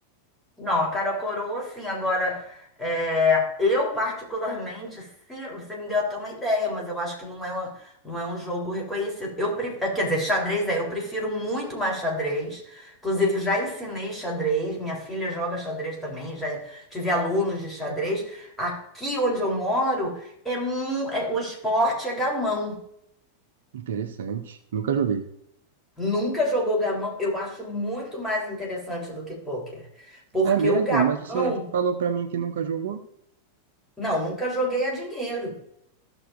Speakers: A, in the centre; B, on the right.
A: Não, a cara coroa, sim. Agora, é, eu particularmente, se, você me deu até uma ideia, mas eu acho que não é, uma- não é um jogo reconhecido. Eu, pre- eh, quer dizer, xadrez é, eu prefiro muito mais xadrez. Inclusive, já ensinei xadrez, minha filha joga xadrez também, já tive alunos de xadrez. Aqui onde eu moro, é, mu- é- o esporte é gamão.
B: Interessante. Nunca joguei.
A: Nunca jogou gamão, eu acho muito mais interessante do que pôquer. Porque
B: É mesmo?
A: o gamão.
B: Mas você falou pra mim que nunca jogou?
A: Não, nunca joguei a dinheiro.